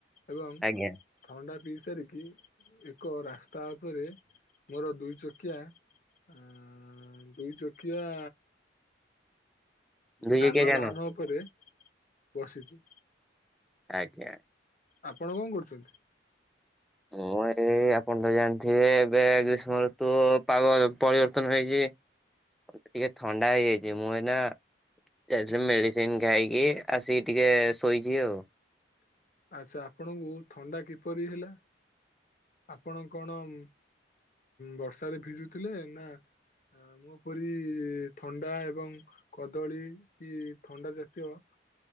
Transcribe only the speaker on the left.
ଏବଂ
ଥଣ୍ଡା ପିଇ ସ <unintelligible> ଏକ ରାସ୍ତା ଉପରେ ମୋର ଦୁଇ ଚକିଆ ଆଁ ଦୁଇ ଚକିଆ
ଯାନବାହାନ
ଉପରେ ବସିଛି।
ଆପଣ କଣ କରୁଛନ୍ତି?
ଆଚ୍ଛା ଆପଣଙ୍କୁ ଥଣ୍ଡା କିପରି ହେଲା? ଆପଣ କଣ ଉଁ‌ ବର୍ଷାରେ ଭିଜୁଥିଲେ ନା ଆମ ପରି ଥଣ୍ଡା ଏବଂ କଦଳୀ କି ଥଣ୍ଡା ଜାତୀୟ ଅଁ